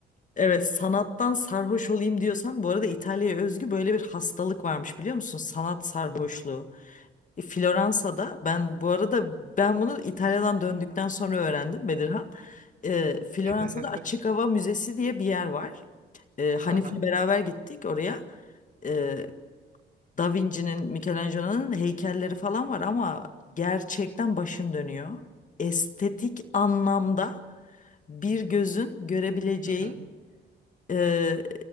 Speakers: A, on the left; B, on the right.
A: Evet, sanattan sarhoş olayım diyorsan bu arada İtalya'ya özgü böyle bir hastalık varmış biliyor musun? Sanat sarhoşluğu. E, Floransa'da ben bu arada ben bunu İtalya'dan döndükten sonra öğrendim Bedirhan. E, Floransa'da
B: <laughs>
A: Açık Hava Müzesi diye bir yer var. E, Hanif'le
B: Aha,
A: beraber gittik oraya. E, da Vinci'nin, Michelangelo'nun heykelleri falan var ama gerçekten başın dönüyor. Estetik anlamda bir gözün görebileceği
B: hı hı.
A: e,